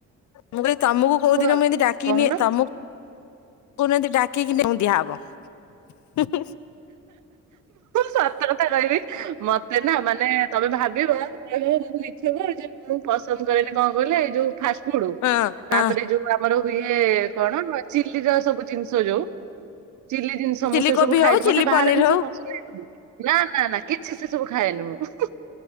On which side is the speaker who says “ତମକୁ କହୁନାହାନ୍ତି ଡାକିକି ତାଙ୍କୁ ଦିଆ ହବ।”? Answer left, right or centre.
Left